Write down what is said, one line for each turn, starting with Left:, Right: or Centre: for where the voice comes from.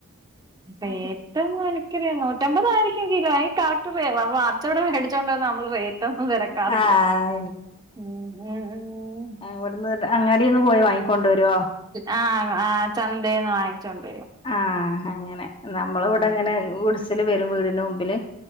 Right: <unintelligible>
Left: മത്തി
Right: ന്ന് എനിക്കറിയ നൂറ്റമ്പതായിരിക്കും കിലോ അ കറക്റ്റ് റിയ വ വ അച്ചവടെ മേടിച്ചോണ്ടെ വന്ന നമ്മള് റേറ്റൊന്നും തെര ക്കാറില്ല
Left: ആഹ്
Right: ഉം ഉം ഉം
Left: അവിടുന്ന് അങ്ങാടീന്ന് പോയി വാങ്ങി കൊണ്ടുവര്വോ
Right: ആഹ് ആഹ് ചന്തേന്ന് വാങ്ങിച്ചോണ്ട് വരും
Left: ആഹ് അങ്ങനെ നമ്മള
Right: ഉം
Left: ഇവടെ അങ്ങനെ ഗുഡ്‌സില് വരും വീടിന് മുമ്പില്